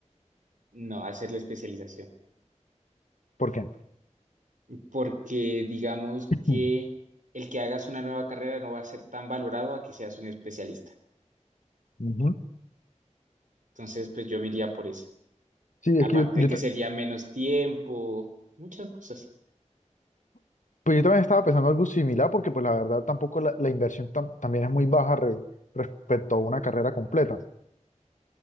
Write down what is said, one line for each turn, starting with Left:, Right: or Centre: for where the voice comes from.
Right: No, hacer la especialización.
Left: ¿Por qué?
Right: Porque digamos
Left: <clears throat>
Right: que el que hagas una nueva carrera no va a ser tan valorado a que seas un especialista.
Left: Ujú.
Right: Entonces, pues yo me iría por esa.
Left: Sí,
Right: Aparte
Left: es que yo, yo
Right: de que
Left: ta-
Right: sería menos tiempo, muchas cosas,
Left: pues yo también estaba pensando algo similar porque pues la verdad tampoco la, la inversión tam- también es muy baja re- respecto a una carrera completa.